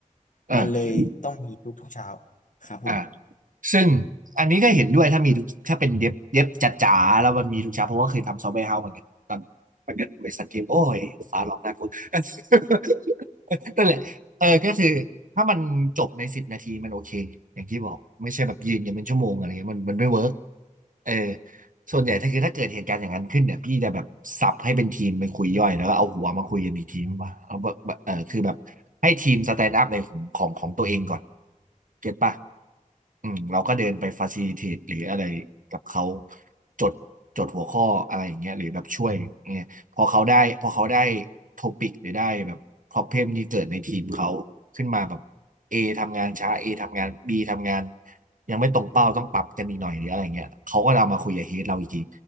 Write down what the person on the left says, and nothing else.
มันเลยต้องมีทุกทุกเช้าครับผม